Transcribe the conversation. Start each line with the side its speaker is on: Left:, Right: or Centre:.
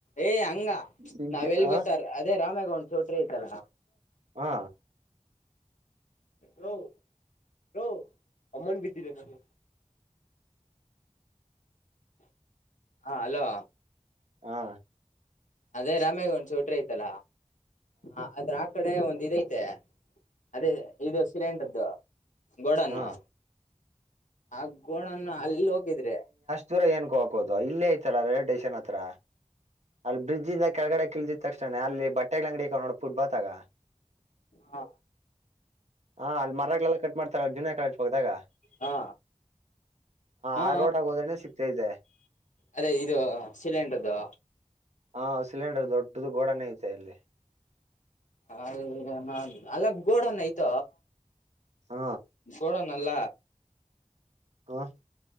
Left: ಏಯ್ ಹಂಗ
Right: ನಿನ್ಗೆ
Left: ನಾವ್ ಎಲ್
Right: ಹ
Left: ಗೊತ್ತಾರ ಅದೇ ರಾಮ್ಯಾಗ ಒನ್ ಚೋಟ್ರಿ ಐತಲ್ಲ
Right: ಹಾ
Left: ಲೋ ಲೋ ಅಮ್ಮನ್ ಬಿಟ್ಟಿದೆ ನನಗೆ ಹ ಅಲೋ
Right: ಹಾ
Left: ಅದೇ ರಾಮೇಗ ಒಂದ ಸ ಚಿಕ್ರೆ ಐತಲ್ಲ ಹ ಅದ್ರ ಆ ಕಡೆ ಒಂದ್ ಇದೈತೆ ಅದೇ ಇದು ಸಿಲಿಂಡ್ರದ್ದು ಗೋಡನ್ನು
Right: ಹ
Left: ಆ ಗೋಣನು ಅಲ್ಲಿ ಹೋಗಿದ್ರೆ
Right: ಚೂರ ಏನ್ಕೋ ಹಾಕೋದು ಇಲ್ಲೇ ಐತಲ್ಲ ಟೇಷನ್ ಹತ್ರ ಅಲ್ಲಿ ಬ್ರಿಡ್್ಜಿಂದ ಕೆಳಗಡೆ ಕಳಿದ ತಕ್ಷಣೇ ಅಲ್ಲಿ ಬಟ್ಟೆಗಳ ಅಂಗಡಿಕೊಂಡ ನೋ ಫುಟ್ ಬಾತ್ ಆಗ
Left: ಹ
Right: ಹ ಅಲ್ಲಿ ಮರಗ್ಲೆಲ್ಲ ಕಟ್ ಮಾಡ್ತಾರ ಜುನ ಕಳದಾಗ
Left: ಹಾ ಹಾ
Right: ಆ ರೋಡಾಗ ಹೋದ್ರನೆ ಸಿಗ್ತಾ ಇದೆ
Left: ಅದೇ ಇದು ಸಿಲಿಂಡರ್ದುು
Right: ಹಾ ಸಿಲಿಂಡರ್ ದೊಡ್ಡದು ಗೋಡನೇ ಐತೆ ಅಲ್ಲಿ
Left: ಅ ಅಲ್ಲ ಗೋಡನ್ನ ಆಯ್ತ
Right: ಹ
Left: ಗೋಡ ನಲ್ಲ
Right: ಹ